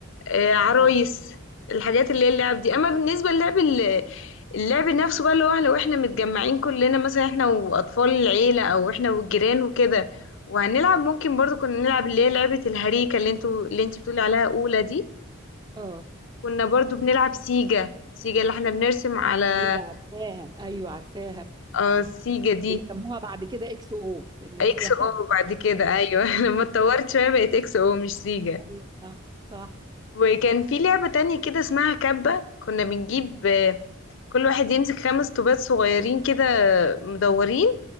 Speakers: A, on the left; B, on the right.
A: آه، عرايس
B: اه
A: الحاجات اللي هي اللعب دي اما بالنسبه للعب ال- اللعب نفسه بقى اللي هو لو احنا متجمعين كلنا مثلا احنا واطفال العيله او احنا والجيران وكده وهنلعب ممكن برضو كنا نلعب اللي هي لعبه الهريكه اللي انتوا اللي انت بتقولي عليها اولى دي
B: اه
A: كنا برضو بنلعب سيجا سيجا اللي احنا بنرسم على
B: ايوه عارفاها ايوه عارفاها
A: اه سيجا دي
B: بيسموها بعد كده اكس او اللي
A: اكس
B: هي <laughs>
A: او بعد كده
B: ايوه
A: ايوه <laughs> لما اتطورت شويه بقت اكس او مش سيجا
B: أيوة، صح صح
A: وكان في لعبة تانية كده اسمها كبة كنا بنجيب آه، كل واحد يمسك خمس طوبات صغيرين كده مدورين